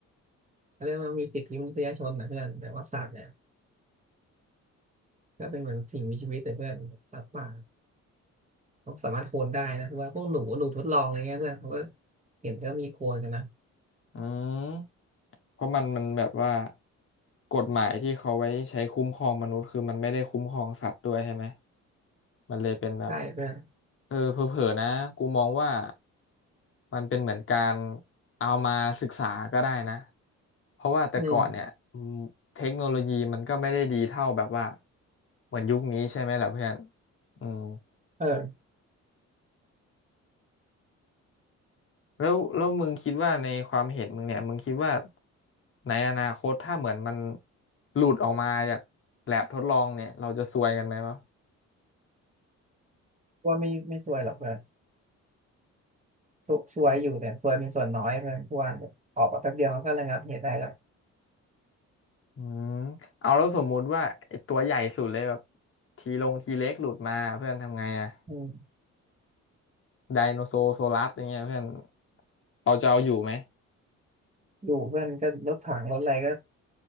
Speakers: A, on the right; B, on the left.
A: เขาเรียกว่ามีสิทธิมนุษยชนนะเพื่อนแต่ว่าสัตว์เนี่ยก็เป็นเหมือนสิ่งมีชีวิตแต่เพื่อนสัตว์ป่าเขาสามารถโคลนได้นะคือว่าพวกหนูหนูทดลองอะไรเงี้ยเพื่อนเขาก็เห็นก็มีโคลนกันนะ
B: อืมเพราะมันมันแบบว่ากฎหมายที่เขาไว้ใช้คุ้มครองมนุษย์คือมันไม่ได้คุ้มครองสัตว์ด้วยใช่ไหมมันเลยเป็นแบบ
A: ใช่เพื่อน
B: เออเผลอๆนะกูมองว่ามันเป็นเหมือนการเอามาศึกษาก็ได้นะเพราะว่าแต่ก่อนเนี่ยอืมเทคโนโลยีมันก็ไม่ได้ดีเท่าแบบว่า
A: อืม
B: เหมือนยุคนี้ใช่ไหมล่ะเพื่อนอืม
A: เออ
B: แล้วแล้วมึงคิดว่าในความเห็นมึงเนี่ยมึงคิดว่าในอนาคตถ้าเหมือนมันหลุดออกมาจากแลบทดลองเนี่ยเราจะซวยกันไหมวะ
A: ว่าไม่ไม่ซวยหรอกเพื่อน สววยอยู่แต่สวยเป็นส่วนน้อยเพื่อนพวนแบบออกมาแป๊บเดียวเขาก็ระงับเหตุได้แล้ว
B: อืมเอาแล้วสมมุติว่าไอ้ตัวใหญ่สุดเลยแบบทีลงทีเล็กหลุดมาเพื่อนทำไงอะ
A: อืม
B: ไดโนโซโซลัสอย่างเงี้ยเพื่อนเราจะเอาอยู่ไหม
A: อยู่เพื่อนก็รถถังรถอะไรก็